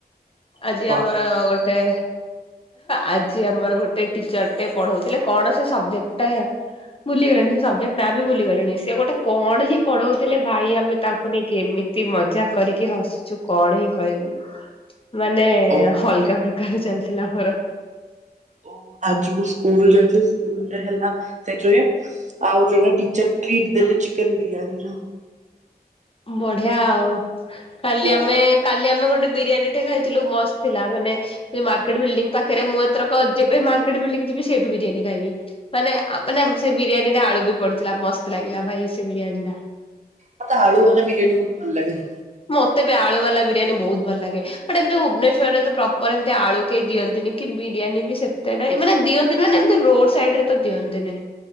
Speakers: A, on the left (about 35°); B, on the right (about 45°).
A: ଆଜି
B: ହଁ
A: ଆମର ଗୋଟେ ଆଜି ଆମର ଗୋଟେ ଟିଚର୍ ଟେ ପଢଉଥିଲେ କଣ ସେ ସବଜେକ୍ଟ ଟା ଭୁଲିଗଲିଣି ସେ ସବଜେକ୍ଟ ନା ବି ଭୁଲିଗଲିଣି ସେ ଗୋଟେ କଣ ହିଁ ପଢଉଥିଲେ ଭାଇ ଆମେ ତା କୁ ନେଇକି ଏମିତି ମଜା କରି କି ହସିଛୁ କଣ ହିଁ କହିବୁ ମାନେ
B: ହଉ
A: ଅଲଗା ପ୍ର କାଲି ଚାଲିଥିଲା ଆମର।
B: ଓ ଆଜି ମୁଁ ସ୍କୁଲ ଯାଇଥିଲି ସ୍କୁଲରେ ହେଲା ସେଥିରେ ଆଉ ଜଣ ଟିଚର ଟିଟ୍ ଦେଲେ ଚିକେନ୍‌ ବିରିୟାନି।
A: ବଢିଆ ଆଉ କାଲି
B: ହୁଁ
A: ଆମେ କାଲି ଆମେ ଗୋଟେ ବିରିୟାନୀ ଟେ ଖାଇଥିଲୁ ମସ୍ତ ଥିଲା। ମାନେ ମାର୍କେଟ ବିଲଡିଂ ପାଖରେ ମୁଁ ଏଥରକ ଯେବେ ମାର୍କେଟ ବିଲଡିଂ ଯିବି ସେଇଠୁ ବିରିୟାନୀ ଖାଇବି। ମାନେ ମାନେ ସେ ବିରିୟାନୀ ରେ ଆଳୁ ବି ପଡିଥିଲା ମସ୍ତ ଲାଗିଲା ଭାଇ ସେ ବିରିୟାନୀ ଟା।
B: ମତେ ଆଳୁ ବାଲା ବିରିୟାନୀ ବହୁତ ଭଲ ଲାଗେ।
A: ମତେ ବି ଆଳୁ ବାଲା ବିରିୟାନୀ ବହୁତ ଭଲ ଲାଗେ। ବଟ ଏମିତି ଭୁବନେଶ୍ୱରରେ ତ ପ୍ରପର ଏମିତି ଆଳୁ କେହି ଦିଅନ୍ତିନି କି ବିରିୟାନୀ ବି ସେତେ ନାଇଁ ମାନେ ଦିଅନ୍ତି ମାନେ ଏମିତି ରୋଡ ସାଇଡ୍‌ ରେ ତ ଦିଅନ୍ତିନି।